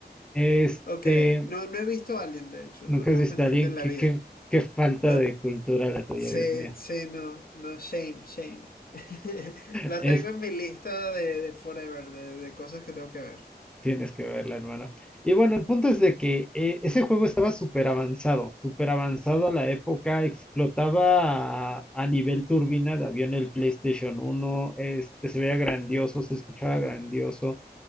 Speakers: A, in the centre; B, on the left (about 60°).
A: Este.
B: Ok, no, no he visto Alien, de hecho,
A: Nunca
B: lo tengo
A: has visto
B: pendiente
A: a alguien.
B: en
A: Qué,
B: la vida.
A: qué, qué falta
B: Lo,
A: de cultura la tuya,
B: Sí,
A: Dios mío.
B: sí, no, no, shame, shame. <laughs> La
A: Es,
B: tengo en mi lista de, de forever, de, de cosas que tengo que ver.
A: tienes que verla, hermano. Y bueno, el punto es de que eh, ese juego estaba súper avanzado, súper avanzado a la época. Explotaba a, a nivel turbina de avión el PlayStation uno. Este, se veía grandioso, se escuchaba grandioso.